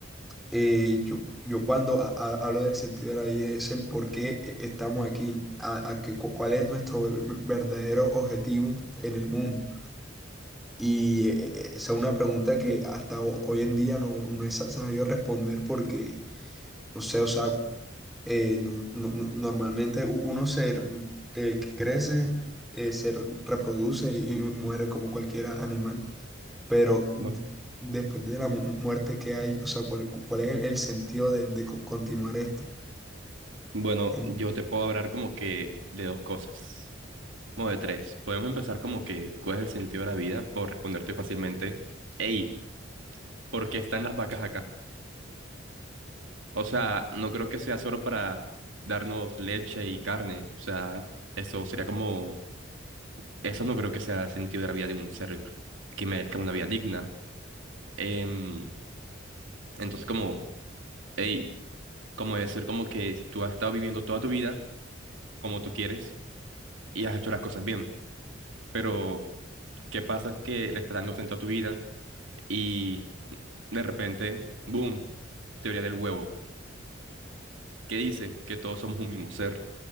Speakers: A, in the centre; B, on the right.
A: eh, yo, yo cuando ha- ha- hablo del sentido de la vida es el por qué e- estamos aquí, a, a que, cu- cuál es nuestro ve- ve- verdadero objetivo en el mundo. Y eh, eh, esa es una pregunta que hasta ho- hoy en día no, no he sa- sabido responder porque, no sé, o sea, eh, no- no- no- normalmente u- uno se r- eh, que crece, eh, se r- reproduce y, y muere como cualquier animal. Pero d-
B: Bueno,
A: después de la mu- mu- muerte que hay, o sea, ¿cuál, cu- cuál es el, el sentido de, de co- continuar esto?
B: bueno,
A: En-
B: yo te puedo hablar como que de dos cosas. Modo de tres. Podemos empezar como que, ¿cuál es el sentido de la vida? Por responderte fácilmente, hey, ¿por qué están las vacas acá? O sea, no creo que sea solo para darnos leche y carne. O sea, eso sería como, eso no creo que sea el sentido de la vida de un ser que merezca una vida digna. Em, entonces, como, hey, como decir como que tú has estado viviendo toda tu vida como tú quieres y has hecho las cosas bien, pero ¿qué pasa que le está dando sentido a tu vida y de repente, boom? teoría del huevo, que dice que todos somos un mismo ser,